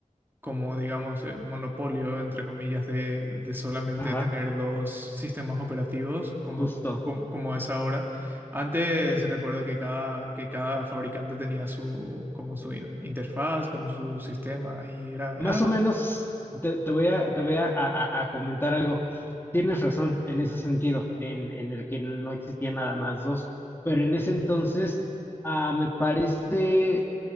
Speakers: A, on the right (about 15°); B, on the left (about 15°).
A: como digamos el monopolio, entre comillas, de, de solamente
B: Ajá,
A: tener dos sistemas operativos como,
B: justo.
A: como, como es ahora. Antes recuerdo que cada, que cada fabricante tenía su, como su in- interfaz, como su sistema y era,
B: Más
A: era bastante...
B: o menos te, te voy a, te voy a, a- a a comentar algo. Tienes razón en ese sentido, en, en el que no existía nada más dos. Pero en ese entonces, ah, me parece